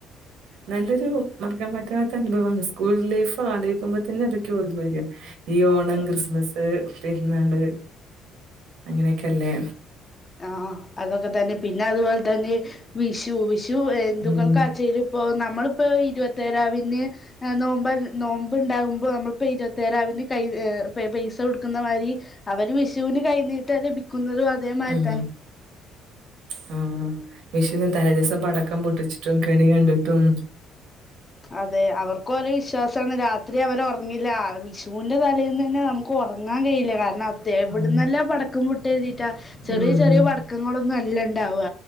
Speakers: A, on the right (about 75°); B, on the left (about 20°).
A: നല്ലൊരു മറക്കാൻ പറ്റാത്ത അനുഭവമാണ് സ്കൂൾ ലൈഫ് ആലോചിക്കുമ്പോ തന്നെ അതൊക്കെ ഓർമ - അതു മായ്രിയാ. ഈ ഓണം,
B: അതെ
A: ക്രിസ്മസ് പെരുന്നാള് അങ്ങനെയൊക്കെല്ലേ.
B: ആ.. അതൊക്കെ തന്നെ പിന്നെ അതുപോലെ തന്നെ വിഷു. വിഷു എന്തുക്കൾക്കാച്ചേരും
A: ഉം
B: ഇപ്പോ നമ്മളിപ്പോ ഇരുപത്തേരാവിന് നോമ്പ നോമ്പ് ഉണ്ടാകുമ്പോ നമ്മളിപ്പോ ഇരുപത്തേരാവിന് കൈ പൈസ കൊടുക്കുന്ന മാതിരി അവര് വിഷുവിന് കൈനീട്ടം ലഭിക്കും <unintelligible> അതേമാരി
A: ഉം ഹാ വിഷുന്ന് തലേ ദിവസം പടക്കം പൊട്ടിച്ചിട്ടും കെണി കണ്ടിട്ടും
B: അതെ അവർക്കൊരോ വിശ്വാസമാണ് രാത്രി അവർ ഉറങ്ങില്ല വിഷുവിൻറെ തലേന്ന് തന്നെ നമുക്ക് ഉറങ്ങാൻ കഴിയില്ല കാരണം എവിടന്നല്ല
A: ഉം
B: പടക്കം പൊട്ടും കരുതീറ്റാ ചെറിയ
A: ഉം
B: ചെറിയ പടക്കങ്ങളൊന്നും അല്ല ണ്ടാവുക